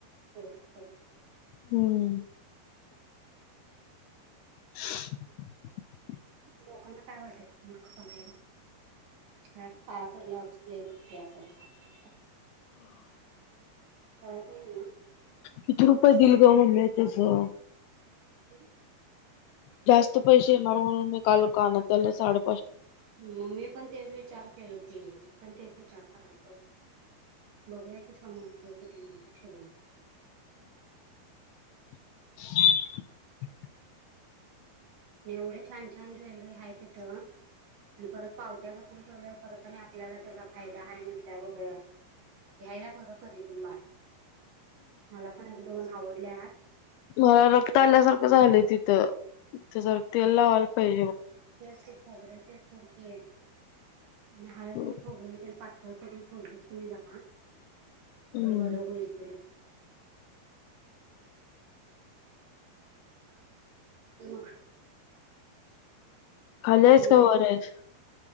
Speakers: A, on the right (about 60°); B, on the left (about 80°).
A: पडलीत.
B: हम्म <inaudible>
A: लोकांना काय वाटल मूर्ख पना यो! का अस पाया पडल्या वरच लई भक्ती आहे अस आहे का? <inaudible>
B: किती रुपये दिलल ग मम्मे म तेच हो
A: हम्
B: जास्त पैसे येणार म्हणून मी काल कानातल्याला साडे
A: मममी पण तेच विचार केलो की मी पण तेच विचार कराल बघूया कि सम घ किती म्हणतो य शुभम
B: पी <inaudible>
A: एवढे छान छान ज्वेलरी हाय तीत आणि परत पावत्या जपून ठेवल्यावर परत आणि आपल्याला त्याचा फायदा आहे, म्हटल्यावर घ्यायला बरं कधी पण बाळ मला पण एक दोन आवड ल्यात
B: मला रक्त आल्यासारखं झालंय तिथं जरा तेल लावायला पाहिजे बग
A: व्यवस्थीत खोबरे तेल फोडकीय आणि हळद
B: बघ
A: आणि खोबरेल तेल पातळ करून फोडलीस क नाही जरा <unintelligible>
B: हम्म
A: तर बर होईल ते लगेच ती मग
B: खालीयस
A: आणि
B: का
A: काय
B: वरयस